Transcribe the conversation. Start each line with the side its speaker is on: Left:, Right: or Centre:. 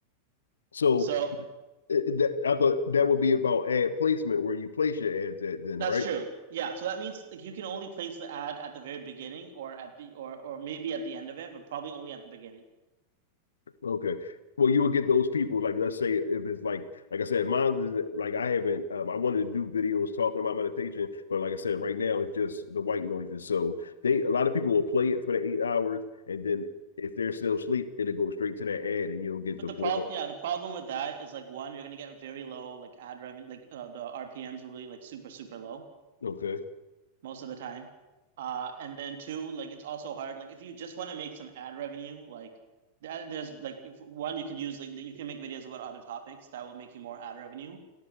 Left: So
Right: So
Left: Uh, That I thought that would be about ad placement where you place your ads at then,
Right: that's
Left: right?
Right: true. Yeah. So that means like you can only place the ad at the very beginning or at the or or maybe at the end of it, but probably only at the beginning.
Left: Okay. Well, you would get those people, like let's say if it's like like I said, mine is like I haven't um, I wanted to do videos talking about meditation, but like I said, right now it's just the white noises. So they a lot of people will play it for the eight hours and then if they're still asleep, it'll go straight to that ad and you'll get
Right: But
Left: the
Right: the
Left: full
Right: problem, yeah, the problem with that is like one, you're gonna get very low like ad revenue, like uh, the RPMs will be like super super low
Left: okay.
Right: most of the time. Uh, and then two, like it's also hard. Like if you just want to make some ad revenue, like th- there's like if, one you can use like you can make videos about other topics that will make you more ad revenue.